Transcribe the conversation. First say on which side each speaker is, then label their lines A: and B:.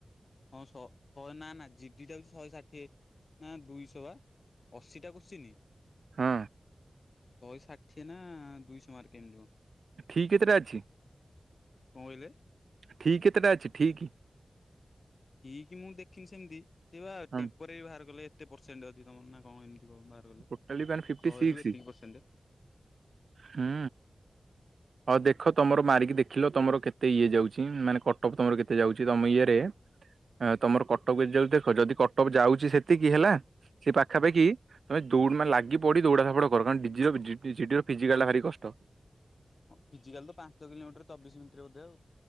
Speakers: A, on the left; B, on the right.
A: ହଁ ଶହ ଶହେ ନା ନା ଜିଡି ଟା ହଉଛି ଶହେ ଷାଠିଏ ନା ଦୁଇଶହ ବା ଅଶୀଟା କରସିନି
B: ହଁ
A: ଶହେ ଷାଠିଏ ନା ଦୁଇଶହ ମାର୍କ ଏମିତିିବ।
B: ଖି କେତେଟା ଅଛି?
A: କଣ କହିଲେ?
B: ଠିକ୍ କେତେଟା ଛି ଠିକି।
A: ଏଇକି କି ମୁଁ ଦେଖିନି ସେମିତି ସେ ବା
B: ହଁ
A: ଟେମ୍ପୋରାରୀ ବାହାର କଲେ ଏତେ ପରସେଣ୍ଟ ଅଛି ତମର ନା କଣ ଏମତି? ତୁ ମାରୁନୁ
B: ଟୋଟାଲି ମାନେ ଫିଫ୍ଟି
A: ଶହେରୁୁ
B: ସିକ୍ସ
A: ଏତିକି ପରସେଣ୍ଟ।
B: ହୁଁ। ହଉ ଦେଖ ତମର ମାରିକି ଦେଖିଲ ତମର କେତେ ଇଏ ଯାଉଛି ମାନେ କଟଅପ୍ ତମର କେତେ ଯାଉଛି ତମ ଇଏରେ? ତମର କଟଅପ୍ ଯାଉଛି କେମତି ଦେଖ ଯଦି କଟଅପ୍ ଯାଉଛି ସେତିକି ହେଲା ସେ ପାଖାପାଖି
A: ହଉ
B: ତମେ ଲାଗି ପଡି ଦୌଡାଧାପଡ୍ କର ଡି ଜିର ଫିଜିକାଲ ଭାରି କଷ୍ଟ।
A: ହ ଫିଜିକାଲ ତ ପାଞ୍ଚ କିଲୋମିଟର ଚବିଶ ମିନିଟରେ ବଧେ ଆଉ